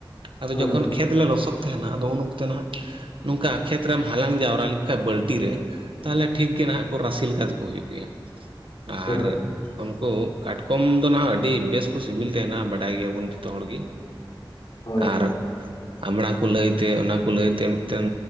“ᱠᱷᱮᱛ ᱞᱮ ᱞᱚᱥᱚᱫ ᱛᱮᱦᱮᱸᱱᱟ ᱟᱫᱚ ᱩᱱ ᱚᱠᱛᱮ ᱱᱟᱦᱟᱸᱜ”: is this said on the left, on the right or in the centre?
Right